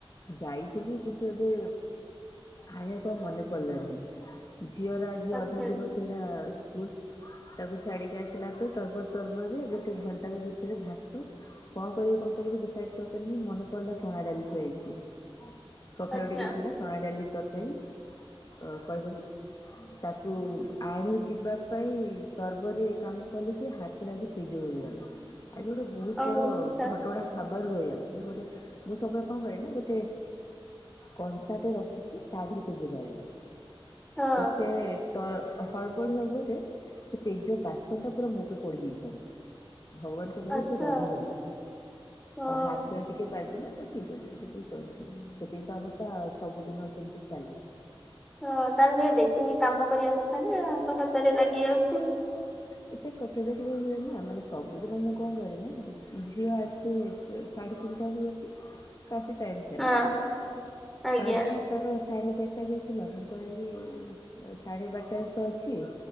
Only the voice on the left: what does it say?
ଯାଇଥିଲି କିନ୍ତୁ ଏବେ ଆଣିବା ପାଇଁ ମନେ ପଡିଲାନି। ଝିଅର ଆଜି
ଅଧା
ଦିନ ଥିଲା ସ୍କୁଲ ତାକୁ ଛାଡିକି ଆସିଲାକୁ ତରବ ତରବରେ ଗୋଟେ ଘଣ୍ଟା ଭିତରେ ଭାତ କଣ କରିବି କଣ କରିବି ଡିସାଇଡ କରିପାରିଲିନି ମନେ ପଡିଲା ଚଣା ଡାଲି ଥୁଆଯାଇଚି। ସଖାଳେ
ଟିକେ ଥିଲା ଚଣା ଡାଲି ତରକାରୀ ଅ କହିଦେଲି ତା କୁ ଆଣି ଯିବା ପାଇଁ ତର୍ବରରେ କାମ କଲି ଯେ ହାତରେ ଆଜି ପେଜ ଗଳିଗଲା। ଆଜି ଗୋଟେ ବହୁତ
ବଡ
ଘଟଣା ଖବାର ରହିଗଲାେ ଗୋଟେ ମୁଁ ସବୁବେଳେ କଣ କରେ ନା ଗୋଟେ କଂସାଟ ରଖିକି ତା ଦେହରେ ପେଜ ଗାଳେ
ତ ସେ ତ ହରବଡ ହଳବଡରେ ସେ ପେଜ ବାସନ ଟା ପୁରା ମୋ ଉପରେ ପଡି ଯାଇଥାନ୍ତା। ଭଗବାନଙ୍କ ଦୟାରୁ
ସେ ରହିଗଲା
ହାତରେ ଟିକେ ଟିକେ ବାଜିଲା ତ ଠିକ ଅଛି ସେତିକି ଚଳୁଛି ସେତିକି ତ ଆମର ତ ସବୁଦିନ ସେମିତି ଚାଲେ।
ହଁ। ସେ କେବେ କେବେ ହୁଏ ନା ମାନେ ସବୁଦିନ ମୁଁ କଣ କରେ ନା ଝିଅ ଆସେ ସାଢେ ତିନିଟା ବେଳକୁ। ରାତି ଟାଇମ୍ ଥାଏ
ଆଜି ତାର ସାଢେ ଚାରି ଟା ଯାଇଥିଲା ମୁଁ କହିଲି ସାଢେ ବାରଟା ତ ଅଛି